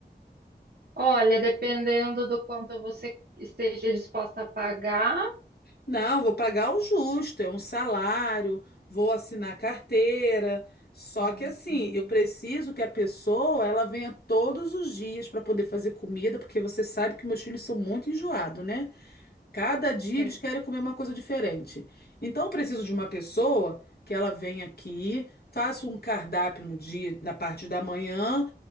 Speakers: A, on the right; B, on the left.
A: Olha, dependendo do quanto você esteja disposta a pagar.
B: Não, vou pagar o justo, é um salário, vou assinar carteira. Só
A: Uhum.
B: que assim, eu preciso que a pessoa ela venha todos os dias para poder fazer comida, porque você sabe que meus filhos são muito enjoados, né? Cada dia
A: Sim.
B: eles querem comer uma coisa diferente. Então eu preciso de uma pessoa que ela venha aqui, faça um cardápio no dia, na parte da manhã,